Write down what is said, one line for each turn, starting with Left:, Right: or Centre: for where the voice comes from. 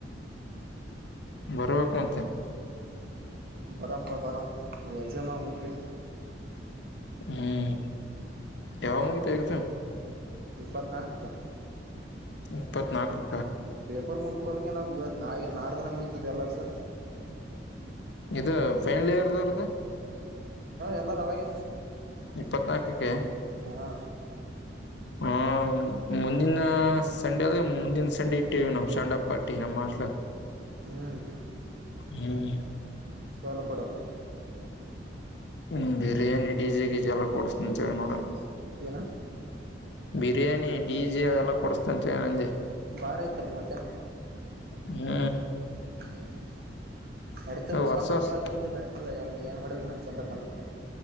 Left: ಬರ್ಬೇಕ ಮತ್ತೆ
Right: ಬಾರಾಪ್ಪ ಬಾರೋ ಈ ಎಕ್ಜಾಮಕವು ಮುಗಿಲಿ
Left: ಹ್ಮ್ ಯಾವಾಗ ಮುಗಿತಾವ್ ಎಕ್ಸಾಮ್
Right: ಇಪ್ಪತ್ನಾಲ್ಕಕ
Left: ಇಪ್ಪತ್ತ್ನಾಲ್ಕು.
Right: ಪೇಪರ್ ಮುಂದು ಹಗೋಲಿಕೆ ನಾವು ಇವಾಗ ನಾಲಿಗೆ ನಾಡ್ದಾನೆ ಮುಗ್ತದೆ ಎಲ್ಲ ಸ
Left: ಇದು <unintelligible>
Right: ಎಲ್ಲರ ಅವಾಗೆ,
Left: ಇಪ್ಪತ್ನಾಲ್ಕಕ್ಕೆ?
Right: ಹಾ
Left: ಹ ಮುಂದಿನ ಸಂಡೆ ಅದ್ ಮುಂದಿನ ಸಂಡೆ ಇಟ್ಟೀವಿ ನಾವು ಸ್ಯಾಂಡಪ್ಪ ಪಾರ್ಟಿ ನಮ್ಮ ಹಾಸ್ಟೆಲ್ ಗ.
Right: ಹ್ಮ್
Left: ಹ್ಮ್
Right: ಸಲ್ ಬಡಪಾ
Left: ಹ್ಮ್ ಬಿರಿಯಾನಿ ಡಿಜೆ ಗೀಜೆ ಎಲ್ಲಾ ಕೊಡ್ಸ್ತಂತ್ ಹೇಳ್ಯನ್ ವಾರ್ಡನ್.
Right: ಏನಾ
Left: ಬಿರಿಯಾನಿ ಡಿಜೆ ಅವೆಲ್ಲಾ ಕೊಡಸ್ತಾನ್ನಂದೇ
Right: ಬಾರ ಆಯ್ತುತಲ್ಪ ಮತ್ತೆ.
Left: ಹ್ಮ್
Right: <unintelligible> ನಡಿತಪ್ಪ
Left: ವರ್ಷ
Right: ಸಣ್ಣ ಹಾಸ್ಟಲ್
Left: ವರ್ಷ
Right: ಆದ ನಿಮ್ದು ನಡಿತದ ಏನ್ ಮಾಡಿದ ನನ್ ಚಂದ ಕಾಣುತ್ತದೆ.